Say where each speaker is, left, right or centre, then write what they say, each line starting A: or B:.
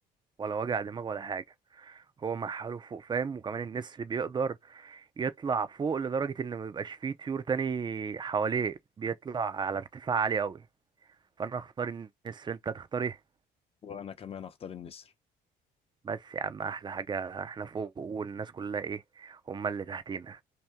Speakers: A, on the right; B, on the left.
A: ولا وجع دماغ ولا حاجة هو مع حاله فوق فاهم وكمان النسر بيقدر يطلع فوق لدرجة ان ما بيبقاش فيه طيور تاني حواليه بيطلع على ارتفاع عالي قوي فانا هختار النسر انت هتختار ايه
B: وانا كمان اختار النسر
A: بس يا عم احلى حاجة احنا فوق والناس كلها ايه هما اللي تحتينا